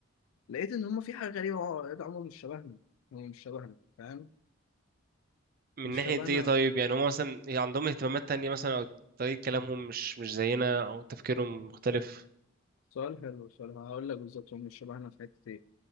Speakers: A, on the left (about 75°); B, on the right (about 45°).
A: لقيت ان هم في حاجة غريبة اه يا ده عمر مش شبهنا هم مش شبهنا فاهم
B: من
A: مش
B: ناحية
A: شبهنا
B: ايه طيب يعني هم مثلا عندهم اهتمامات تانية مثلا او طريقة كلامهم مش مش زينا او تفكيرهم مختلف
A: سؤال حلو سؤال هقول لك بالظبط هم شبهنا في حته ايه